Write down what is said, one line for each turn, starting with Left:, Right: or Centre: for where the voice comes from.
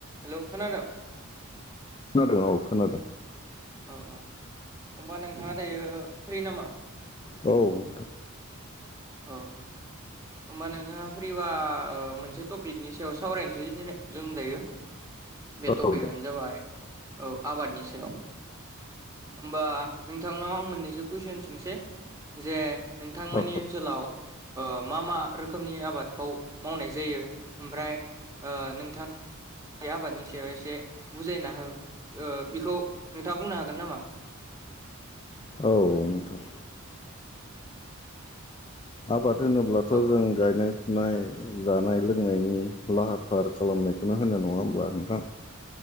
Right: हेल' खोनादों?
Left: खोनादों औ खोनादों।
Right: औ औ होनबा नोंथाङा दायो फ्रि नामा?
Left: औ
Right: अ अ होमबा नोंथाङा फैबा मोनसे टपिकनि सायाव सावरायनोसै दिनै जों दायो।
Left: <inaudible>
Right: बे टपिकआनो
Left: दे
Right: जाबाय औ आबादनि सायाव होमबा नोंथांनाव आं मोननैसो कुइसन सोंसै जे नोंथांमोननि
Left: औ
Right: ओनसोलाव मा मा रोखोमनि आबादखौ मावनाय जायो ओमफ्राय नोंथां बे आबादनि सायाव एसे बुजायना हो ओ बेखौ नोंथाङा बुंनो हागोन नामा?
Left: औ नोंथां। आबाद होनोब्लाथ'
Right: औ
Left: जों गायनाय फुनाय जानाय लोंनायनि लाहार फाहार खालामनायखौनो होनो नङा होमबा नोंथां।